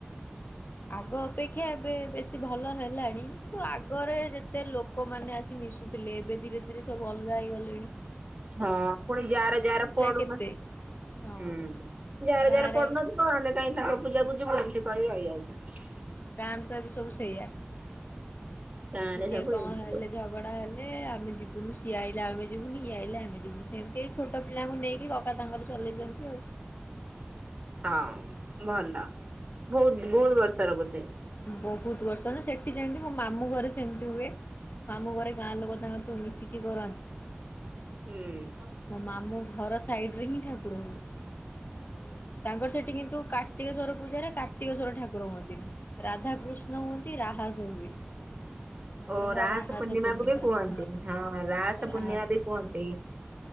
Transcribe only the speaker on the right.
ହଁ ପୁଣି ଯାର ଯାର ପଡୁନ
ହୁଁ ଯାର
ଯାର ପଡୁନ ଥିବ ଆମେ କାହିଁ ତାଙ୍କ ପୂଜାକୁ ଯିବୁ ଏମିତି କରି ରହି ଯାଉଛନ୍ତି।
ଗାଁ
ରେ ସବୁ
ଏମିତି
ହଁ ଭଲ। ବହୁତ ବହୁତ ବର୍ଷର ବୋଧେ?
ହୁଁ।
ଓ
ପୂର୍ଣ୍ଣିମାକୁ
ବି କୁହନ୍ତି
ପୂର୍ଣ୍ଣିମା
ବି
କୁହନ୍ତି।